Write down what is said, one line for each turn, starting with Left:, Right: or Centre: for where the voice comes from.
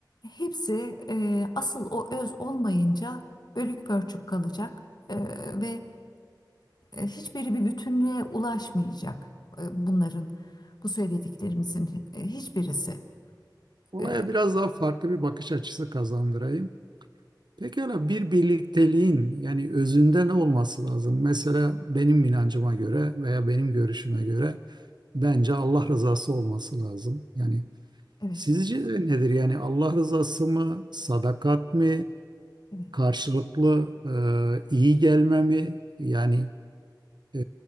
Left: hepsi e, asıl o öz olmayınca bölük pörçük kalacak e, ve hiçbiri bir bütünlüğe ulaşmayacak e, bunların bu söylediklerimizin e, hiçbirisi.
Right: Olaya
Left: Ee,
Right: biraz daha farklı bir bakış açısı kazandırayım. Peki öyle bir birlikteliğin yani özünde ne olması lazım? Mesela benim inancıma göre veya benim görüşüme göre bence Allah rızası olması lazım. Yani
Left: evet,
Right: sizce de nedir? Yani Allah rızası mı, sadakat mı?
Left: evet.
Right: karşılıklı e, iyi gelmemi yani e,